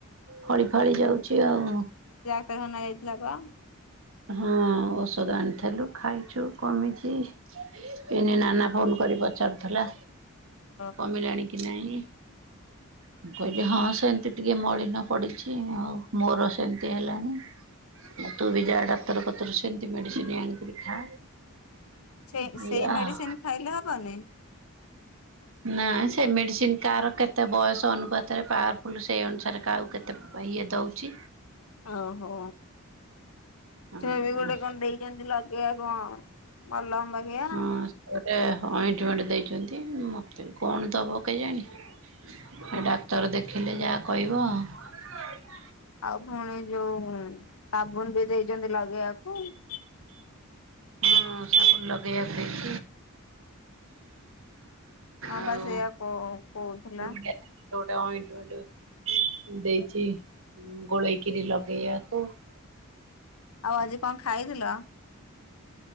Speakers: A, on the right (about 65°); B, on the left (about 80°).
A: ଫଳି ଫଳି ଯାଉଛି ଆଉ।
B: ତ ନା ଇଥିଲା ବା <inaudible>
A: ହଁ ଔଷଧ ଆଣିଥିଲୁ ଖାଇଛୁ କମିଛି ଏନେ ନାନା ଫୋନ କରି ପଚାରୁଥିଲା।
B: ଓହୋ
A: କମିଲାଣି କି ନାଇଁ। ମୁଁ କହିଲି ହଁ ସେମତି ଟିକେ ମଳିନ ପଡିଛି, ଆଉ ମୋର ସେମିତି ହେଲାଣି ତୁ ବି ଯାହା ଟା। ପତର ପତର ସେମତି ମେଡିସିନ ଆଣିକରି ଖା।
B: ସେ
A: ଏଇଆ
B: ସେଇ ମେଡିସିନ
A: ଆଉ।
B: ଖାଇଲେ ହବନି।
A: ନା ସେ ମେଡିସିନ କାହାର କେତେ ବୟସ ଅନୁପାତରେ ପାୱାରଫୁଲ ସେଇ ଅନୁସାରେ କାହାକୁ କେତେ ଇଏ ଦଉଛି।
B: ଓହୋ।
A: ହଁ
B: ସେବେ ଗୋଟେ କଣ ଦେଇଛନ୍ତି ଲ କେ କଣ ମଲମ। ବାଗେଇଆ।
A: ହଁ। ଏ ଅଏଣ୍ଟମେଣ୍ଟ ଦେଇଛନ୍ତି। ମୋତେ କଣ ଦେବ କେଜାଣି? ଏ ଡାକ୍ତର ଦେଖିଲେ ଯାହା କହିବ ଆଉ।
B: ଆପଣ ମାନେ ଯୋଉ ସାବୁନ ବି ଦେଇଛନ୍ତି ଲଗ ଲଗେଇବାକୁ
A: ହଁ ସାବୁନ ଲଗେଇବାକୁ
B: ହଁ
A: ଆଉ
B: ପା ସେଇଆ କୋ-କୋହୁଥୁଲା।
A: ନଡିଆ ତେଲରେ ଗୋଟେ ଅଏଣ୍ଟମେଣ୍ଟ ଦେଇଚି ଗୋଳେଇକିରି ଲଗେଇବାକୁ।
B: ଆଉ ଆଜି କଣ ଖାଇଥିଲ?